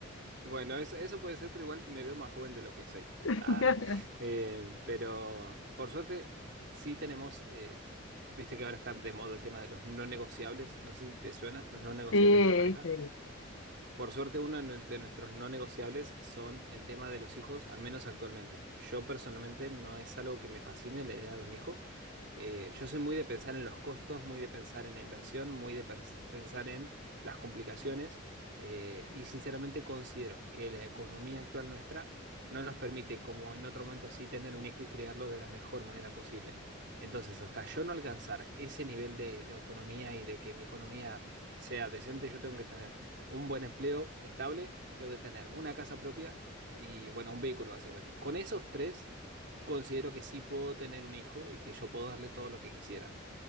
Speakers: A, on the right; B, on the left.
A: Bueno, eso, eso puede ser, pero igual me veo más joven de lo que soy.
B: <laughs>
A: Ah, eh, pero por suerte sí tenemos, eh, viste que ahora está de moda el tema de los no negociables, no sé si te suena, los no negociables
B: Sí,
A: de la pareja.
B: sí.
A: Por suerte, uno de de nuestros no negociables son el tema de los hijos, al menos actualmente. Yo personalmente no es algo que me fascine la idea de un hijo. Eh, yo soy muy de pensar en los costos, muy de pensar en la inversión, muy de pers- pensar en las complicaciones eh, y sinceramente considero que la economía actual nuestra no nos permite, como en otro momento sí, tener un hijo y criarlo de la mejor manera posible. Entonces, hasta yo no alcanzar ese nivel de de autonomía y de que mi economía sea decente, yo tengo que tener un buen empleo estable, tengo que tener una casa propia y, bueno, un vehículo, básicamente. Con esos tres, considero que sí puedo tener un hijo y que yo puedo darle todo lo que quisiera.